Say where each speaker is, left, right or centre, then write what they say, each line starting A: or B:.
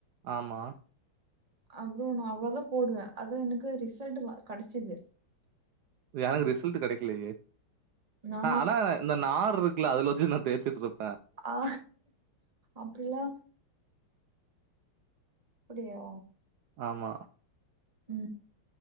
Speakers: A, on the right (about 90°); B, on the right (about 30°).
A: ஆமா
B: அப்புறோ நா அவ்ளோதா போடுவே அதா எனக்கு ரிசல்ட் வ கெடச்சிது
A: எனக்கு ரிசல்ட் கெடைக்கலையே
B: நா
A: ந ஆனா இந்த நார் இருக்குல்ல அதுல வச்சு <unintelligible> ப்ரோ
B: ஆ அப்றிலா அப்படியா
A: ஆமா
B: உ